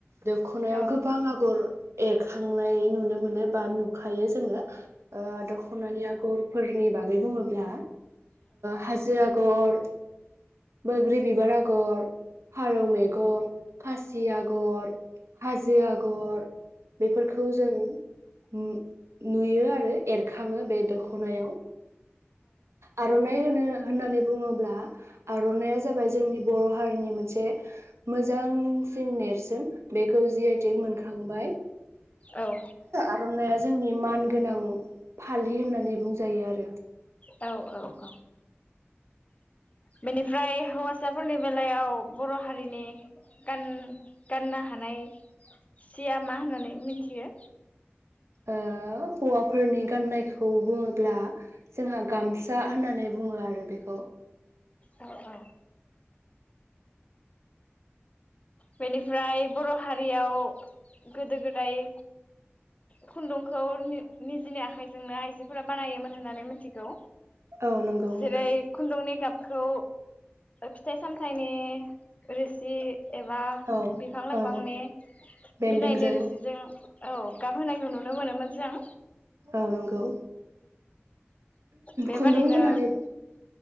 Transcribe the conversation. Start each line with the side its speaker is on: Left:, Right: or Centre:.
Right: दखनायाव
Left: औ
Right: गोबां आगर एरखांनाय नुनो मोन मोनो बा नुखायो जोङो दखनानि आगरफोरनि बागै बुङोब ब्ला हाजो आग र बैग्रि बिबार आगर फारौ मेगन खासि आगर हाजो आगर बेफोरखौ जों नु-नुयो आरो एरखाङो बे दखनायाव आरनाइ होनो होननानै बुङोब्ला आरनाइया जाबाय जोंनि बर' हारिनि मोनसे मोजांसिन नेरसोन बेखौ जि आइ टेक मोनखांबाय
Left: औ
Right: आरनाइया जोंनि मान गोनां फालि होननानै बुंजायो आरो।
Left: औ औ औ औ बेनिफ्राय हौवासाफोरनि बेलायाव बर' हारिनि गान गाननो हानाय सिया मा होननानै मिथियो।
Right: ओ हौवाफोरनि गाननायखौ बुङोब्ला जोंहा गामसा होननानै बुङो आरो बेखौ।
Left: <inaudible> औ औ। बेनिफ्राय बर' हारियाव गोदो गोदाय खुन्दुंखौ निजिनि आखाइजोंनो आइजोफोरा बानायोमोन होननानै मिथिगौ।
Right: औ नंगौ
Left: जेरै
Right: नोंथां
Left: खुन्दुंनि गाब खौ फिथाइ सामथाइनि रोसि एबा
Right: औ
Left: बिफां लाइफांनि
Right: औ बेन्दोंजों
Left: बिलाइनि रोसिजों औ। गाब होनायखौ नुनो मोनोमोन। जों।
Right: औ नंगौ।
Left: बेबादिनो
Right: खुन्दुं होनानै